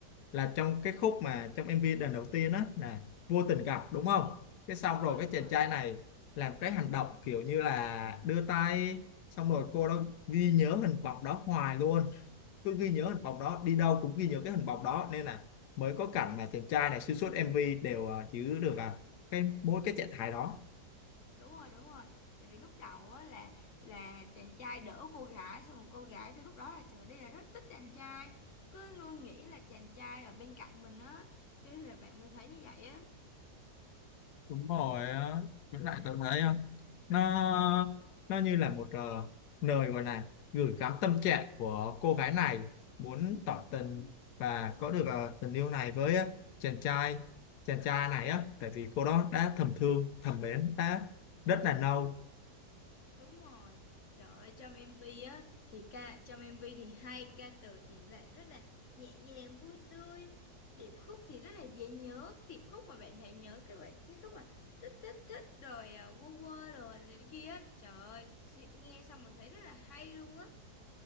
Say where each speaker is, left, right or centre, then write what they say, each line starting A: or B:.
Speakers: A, on the left; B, on the left.
A: là trong cái khúc mà trong MV lần đầu tiên á là vô tình gặp đúng không cái xong
B: đúng rồi
A: rồi cái
B: đúng
A: chàng
B: rồi
A: trai này làm cái hành động kiểu như là đưa tay xong rồi cô đó ghi nhớ hình bóng đó hoài luôn cứ ghi nhớ hình bóng đó đi đâu cũng ghi nhớ cái hình bóng đó nên là mới có cảnh mà chàng trai này xuyên suốt MV đều ờ, giữ được à, cái mỗi cái trạng thái đó
B: đúng rồi đúng rồi tại vì lúc đầu á là là chàng trai đỡ cô gái xong một cô gái từ lúc đó là trời đây là rất thích chàng trai cứ luôn nghĩ là chàng trai ở bên cạnh mình á cho nên là bạn mới thấy như vậy á.
A: đúng rồi á. với lại tôi thấy á, nó nó như là một ờ, lời gọi là gửi gắm tâm trạng của cô gái này muốn tỏ tình và có được ờ, tình yêu này với ờ, chàng trai chàng trai này á tại vì cô đó đã thầm thương thầm mến đã rất là lâu
B: Đúng rồi, trời ơi trong MV á thì ca trong MV thì hay ca từ thì lại rất là nhẹ nhàng vui tươi, điệp khúc thì rất là dễ nhớ, cái điệp khúc mà bạn hãy nhớ cái bạn cái khúc mà thích thích thích rồi à, quơ quơ rồi này kia á, trời ơi si- nghe xong mà thấy rất là hay luôn á.